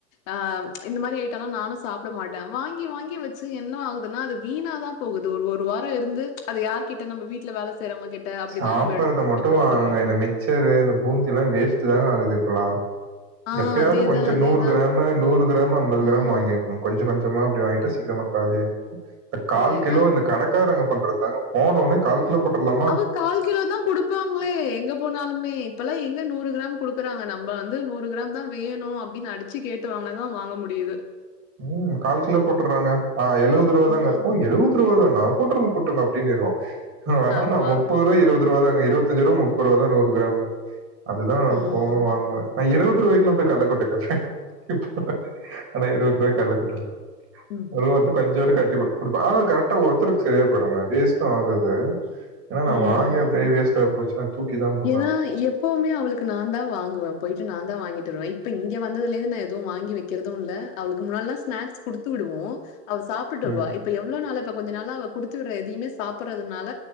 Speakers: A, on the left; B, on the right.
A: ஆ இந்த மாரி ஐட்டல்லா நானு சாப்ட மாட்டே வாங்கி வாங்கி வச்சு என்ன ஆகுதுன்னா அது வீணாதா போகுது ஒரு ஒரு வார இருந்து அதது யார் கிட்ட நம்ம வீட்டுல வேல செய்யறவங்க கிட்ட அப்டிதா
B: சாப்பறத
A: நம்ம எடுத்து திரும்ப
B: மட்டு
A: குடுத்துடுறோ
B: வாங்குங்க இந்த மிக்சரு இந்த பூந்தில்லா வேஸ்ட்டு தாங்க ஆகுது இப்பல்லா
A: ஆ
B: எப்பயாவது
A: அதேதா
B: கொஞ்ச
A: அதேதா
B: நூறு கிராம் நம்ம நூறு கிராம் அம்பது
A: ம்
B: கிராம் வாங்கிருக்கோ கொஞ்ச கொஞ்சமா அப்படி வாங்கிட்டு சீக்கிரமா காலியா இருக்கு இந்த கால்
A: அதேதா
B: கிலோ இந்த கடைக்காரங்க பண்றதுதாங்க போனோனே கால் கிலோ போட்டலாமா
A: அவங் கால் கிலோ தா குடுப்பாங்களே எங்க போனாலுமே இப்பல்லா எங்க நூறு கிராம் குடு க்குறாங்க நம்ம வந்து நூறு கிராம் தா வேணு அப்டின்னு அடிச்சு கேட்டு வாாங்குனாதா வாங்க முடியுது
B: ஊம் கால் கிலோ போட்டுறாங்க ஆ எழுபது ரூவா தாங்க
A: ம்
B: ஓ எழுபது ரூவா தானா போட்டுருங்க கூட்டுங்க அப்டின்னுருவ வேணா
A: ஆமா
B: முப்பது ரூவா இருவ முது ரூவா தாங்க இருவத்தஞ்சு ரூவா முப்பது ரூவா தா நூறு கிராம் அதுதா நா
A: ம்
B: போகணு வாங்குவே நா இருபது ரூபாய்க்குள்ளா போய் கள்ள கொட்டகவே இப்போ ஆனா இருவது ரூபாய்கு கள்ள கொட்ருங்க
A: ம்
B: அதுத்து கொஞ்சோடு கட்டி கொடுப்பா ஆ கரெக்டா ஒருத்தருக்கு சரியா போய்டுங்க வேஸ்ட்டு ஆகாது ஏன்னா
A: ம்
B: நா வாங்க அப்டியே வேஸ்ட்டா போச்சுன்னா தூக்கி தான் போடுறாங்க.
A: ஏன்னா எப் எப்பவுமே அவளுக்கு நாந்தா வாங்குவே போயிட்டு நாந்தா வாங்கிட்டு வருவே இப்ப இங்க வந்ததுலேந்து நா எது வாங்கி வைக் கிறது இல்ல அவளுக்கு முன்னாலா ஸ்நாக்ஸ் குடுத்து விடுவோ அவ சாப்புட்டு வருவா
B: ம்.
A: இப் இப்ப எவ்ளோ நாளா இப்ப கொஞ்ச நாளா அவ குடுத்து விடற எதையுமே சாப்பறதுனால